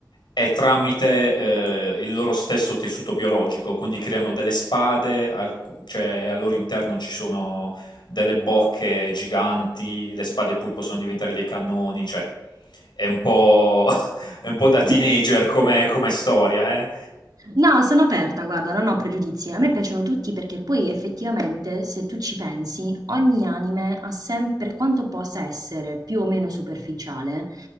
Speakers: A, on the left (about 80°); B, on the right (about 60°).
A: è tramite eh, il loro stesso tessuto biologico, quindi creano delle spade, alc- cioè al loro interno ci sono delle bocche giganti, le spade poi possono diventare dei cannoni, cioè è un po', <laughs> è un po' da
B: <laughs>
A: teenager come, come storia, eh?
B: No, sono aperta, guarda, non ho pregiudizi. A me piacciono tutti perché poi effettivamente, se tu ci pensi, ogni anime ha sempre, per quanto possa essere più o meno superficiale,